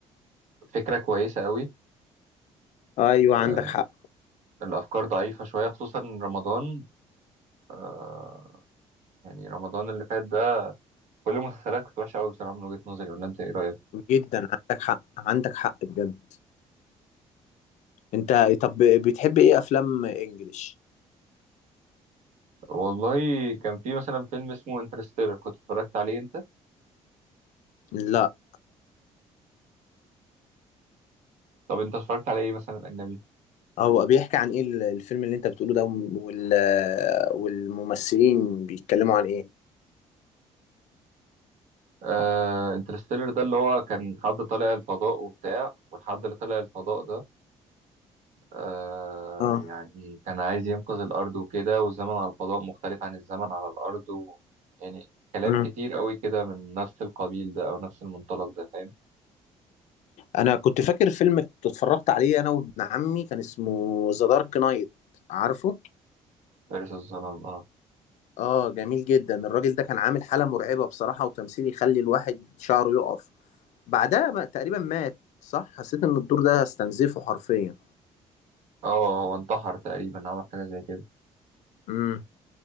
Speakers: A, on the right (about 80°); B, on the left (about 75°).
A: فكرة كويسة قوي
B: ايوه
A: آه،
B: عندك حق
A: الأفكار ضعيفة شوية خصوصا رمضان آه، يعني رمضان اللي فات ده كل المسلسلات كانت وحشة قوي بصراحة من وجهة نظري ولا أنت إيه رأيك؟
B: جدا عندك حق عندك حق بجد انت طب بتحب ايه افلام انجليش
A: والله كان في مثلا فيلم اسمه انترستيلر كنت اتفرجت عليه انت
B: لا
A: طب انت اتفرجت على ايه مثلا اجنبي
B: هو بيحكي عن ايه ال- الفيلم اللي انت بتقوله ده وال... والممثلين بيتكلموا عن ايه
A: آه انترستيلر ده اللي هو كان حد طالع الفضاء وبتاع والحد اللي طالع الفضاء ده آه
B: اه
A: يعني كان عايز ينقذ الارض وكده والزمن على الفضاء مختلف عن الزمن على الارض و... يعني كلام
B: مم.
A: كتير قوي كده من نفس القبيل ده او نفس المنطلق ده فاهم
B: انا كنت فاكر فيلم كنت اتفرجت عليه انا وابن عمي كان اسمه ذا دارك نايت عارفه
A: فارس الظلام اه
B: اه جميل جدا الراجل ده كان عامل حالة مرعبة بصراحة وتمثيل يخلي الواحد شعره يقف بعدها بقى تقريبا مات صح حسيت ان الدور ده استنزفه حرفيا
A: اه هو انتحر تقريبا عمل حاجه زي كده
B: مم.